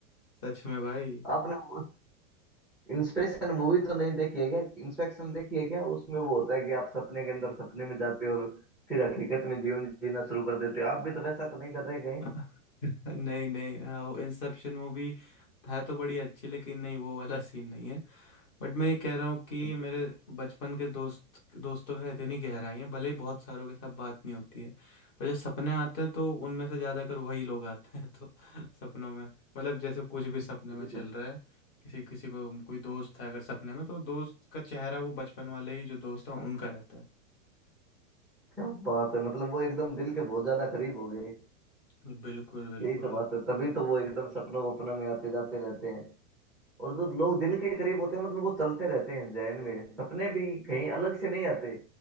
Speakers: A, on the left (about 30°); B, in the centre.
A: सच में भाई
B: आपने वो इंस्पेक्शन मूवी तो नहीं देखी है क्या इंस्पेक्शन देखी है क्या उसमें वो होता है कि आप सपने के अंदर सपने में जाते हो और फिर हकीकत में जीवन जीना शुरू कर देते हो आप भी तो वैसा तो नहीं कर रहे कहीं
A: <laughs> नहीं नहीं हाँ, वो इंसेप्शन मूवी है तो बड़ी अच्छी लेकिन नहीं वो वाला सीन नहीं बट मैं ये कह रहा हूँ कि
B: ठीक
A: मेरे
B: है,
A: बचपन के दोस्त दोस्तों के साथ इतनी गहराई है भले ही बहुत सारों के साथ बात नहीं होती है पर जब सपने आते हैं तो उनमें से ज़्यादातर वही लोग आते हैं <laughs> तो सपनों में मतलब जैसे कुछ भी सपने
B: बिल्कुल
A: में चल रहा है किसी किसी को कोई दोस्त है अगर सपने में तो दोस्त का चेहरा वो बचपन वाले ही जो दोस्त है उनका रहता
B: क्या बात है मतलब वो एकदम दिल के बहुत ज्यादा करीब हो गए
A: है बिल्कुल बिल्कुल
B: यही तो बात है तभी तो वो एकदम सपनों वपनों में आते जाते रहते हैं और जो लोग दिल के करीब होते हैं मतलब वो चलते रहते हैं जहन में सपने भी कहीं अलग से नहीं आते